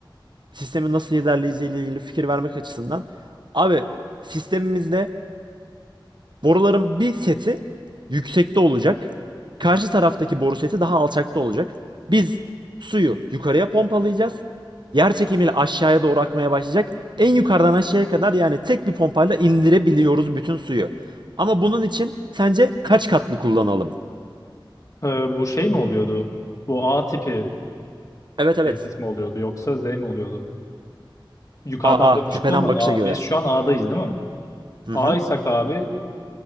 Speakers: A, on the right; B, on the left.
A: sistemin nasıl ilerleyeceğiyle ilgili fikir vermek açısından abi sistemimizde Boruların bir seti yüksekte olacak. Karşı taraftaki boru seti daha alçakta olacak. Biz suyu yukarıya pompalayacağız. Yer çekimiyle aşağıya doğru akmaya başlayacak. En yukarıdan aşağıya kadar yani tek bir pompayla indirebiliyoruz bütün suyu. Ama bunun için sence kaç katlı kullanalım?
B: Ee, bu şey mi oluyordu? Bu A tipi
A: Evet evet.
B: tesis mi oluyordu yoksa Z mi oluyordu? Yukarıdan
A: Aa
B: bakışta
A: tepeden
B: mı?
A: bakışa
B: A.
A: göre.
B: Biz şu an A'dayız değil mi?
A: Hı
B: A'ysak
A: hı.
B: abi